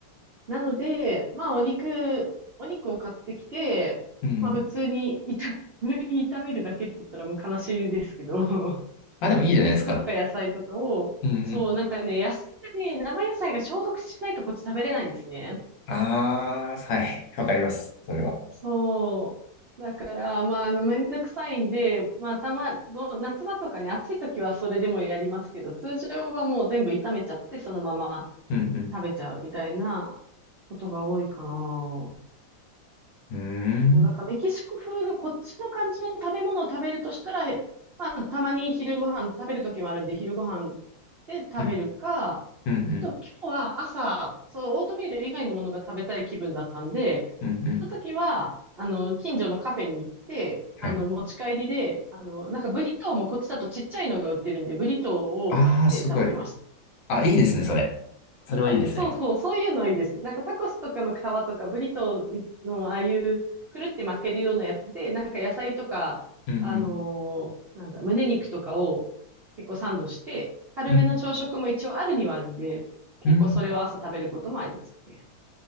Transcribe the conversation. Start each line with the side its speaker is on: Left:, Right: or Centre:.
Right: なので、まあ、お肉、お肉を買ってきて、
Left: うん。
Right: まあ、普通に炒め、<laughs> 普通に炒めるだけって言ったらもう悲しいですけど、<laughs>
Left: あ、でもいいじゃないですか。
Right: 肉とか野菜とかを、
Left: うんうん。
Right: そう、なんかね、野菜がね、生野菜が消毒しないとこっち食べれないんですね。
Left: ああ、はい、わかります、それは。
Right: そう。だから、まあ、あのめんどくさいんで、まあ、たま、ど夏場とかね、暑い時はそれでもやりますけど、通常はもう全部炒めちゃって、そのまま
Left: うん
Right: 食べちゃうみたいなことが多いかな。
Left: うん。うーん、
Right: そう、だからメキシコ風のこっちの感じの食べ物を食べるとしたら、まあ、たまに昼ご飯食べるときもあるんで、昼ご飯で食べるか、
Left: うん、うん、うん、
Right: と、今日は朝、そのオートミール以外のものが食べたい気分だったんで、
Left: うん、うん。
Right: その時は、あの、近所のカフェに行って、
Left: はい。
Right: あの、持ち帰りで、あの、なんかブリトーもこっちだとちっちゃいのが売ってるんで、ブリトーを買って食べてました。
Left: ああ、すごい。あ、いいですね、それ。それはいいですね。
Right: そうそう、そういうのいいです。なんかタコスとかの皮とかブリトーのああいうくるって巻けるようなやつで、なんか野菜とか、
Left: うん
Right: あのーなんだ、胸肉とかを結構サンドして、軽めの朝食も一応あるにはあるんで、
Left: うん、うん、
Right: 結構それを朝食べることもありますね。
Left: うん。